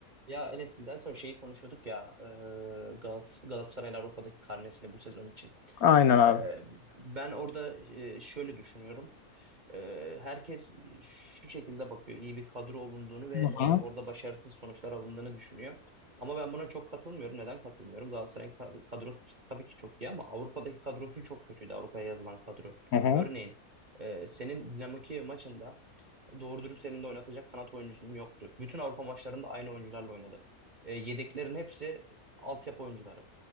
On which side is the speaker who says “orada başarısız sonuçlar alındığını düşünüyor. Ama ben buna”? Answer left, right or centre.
Right